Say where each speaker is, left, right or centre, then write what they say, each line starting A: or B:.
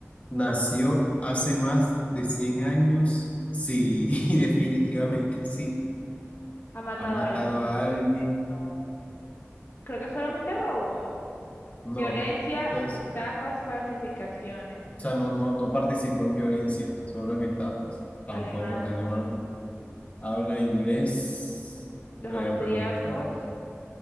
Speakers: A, on the left (about 30°); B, on the left (about 50°).
A: nació hace más de 100 años. Sí, <laughs> definitivamente sí.
B: Ha matado
A: Ha matado
B: a alguien.
A: a alguien.
B: No. Creo que solamente robó.
A: No.
B: Violencia,
A: ¿Sabes?
B: estafas, falsificaciones.
A: O sea, no, no, no participó en violencia, solo en estafas. Tampoco
B: Alemán,
A: es
B: no.
A: alemán. Habla inglés.
B: Los
A: Te voy
B: austríacos.
A: a preguntar.